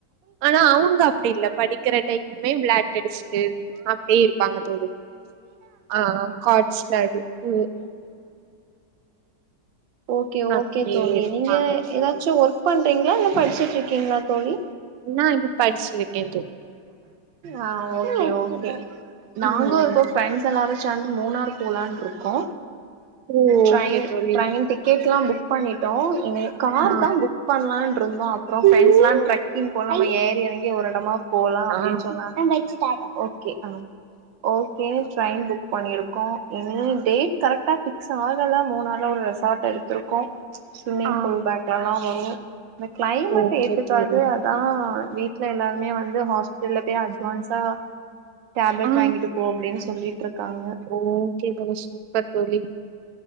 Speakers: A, on the right; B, on the right.
A: ஆனா அவுங்க அப்டி இல்ல படிக்கிற டைமு விளாட்டு அடிச்சுட்டு அப்டியே இருப்பாங்க தோழி ஆ காச்சல் அடிக்குது
B: ஓகே
A: அப்டியே
B: ஓகே தோழி
A: இருப்பாங்க
B: நீங்க
A: தோழி
B: எதாச்சு ஒர்க் பண்றீங்களா இல்ல படிச்சிட்டு இருக்கீங்களா தோழி
A: நா <unintelligible> படிச்சினுருக்கே
B: ஆ ஓகே ஓகே நாங்கே
A: ம்
B: இப்போ ஃப்ரண்ட்ஸ் எல்லாரு சேர்ந்து மூணார் போலானு இருக்கோ
A: ஓ
B: ட்ரயின்
A: ஓகே தோழி
B: ட்ரயின் டிக்கெட் கெட்ல்லா புக் பண்ணிட்டோ இ காருதா
A: ஆ
B: புக் பண்லான்ருந்தோ அப்புறோ ஃப்ரெண்ட்ஸ்லா ட்ரக்கிங் போலா நம்ம ஏறி எறங்கி ஒரு எடமா போலா அப்டினு
A: ஆ
B: சொன்னாங்க ஓகே ம் ஓகேனு ட்ரெயின் புக் பண்ணிருக்கோ இனி டேட் கரெக்டா பிக்ஸ் ஆகல மூணார்ல ஒரு ரெசார்ட் எடுத்திருக்கோ ஸ்விம்மிங்
A: ஆ
B: பூல் பேக்லல்லா வரு இந்த க்ளைமேட்
A: ஓகே
B: ஏத்துக்காது
A: தோழி
B: அ தா வீட்டு்ல எல்லாருமே வந்து ஹாஸ்பிட்டல்ல பெய் அட்வான்ஸா டேப்லெட்
A: ஆ
B: வாங்கிட்டு போ அப்டினு சொல்லிட்டு இருக்காங்க
A: ஓகே தோழி சூப்பர் தோழி